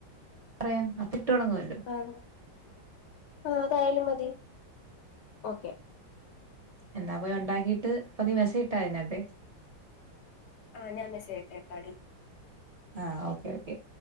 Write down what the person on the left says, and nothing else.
ആഹ് ആഹ് അതായാലും മതി ഓക്കെ
ആ ഞാൻ മെസേജ് ഇട്ടേക്കാടി.